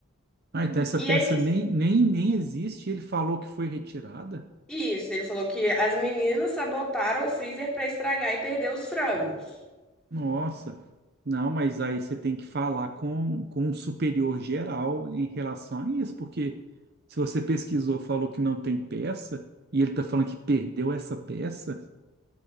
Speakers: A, on the right; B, in the centre.
A: Ah, então essa
B: E
A: peça
B: aí, nisso-
A: nem, nem, nem existe. Ele falou que foi retirada?
B: isso, ele falou que as meninas sabotaram o freezer para estragar e perder os frangos.
A: Nossa. Não, mas aí você tem que falar com, com um superior geral em relação a isso, porque se você pesquisou, falou que não tem peça, e ele está falando que perdeu essa peça,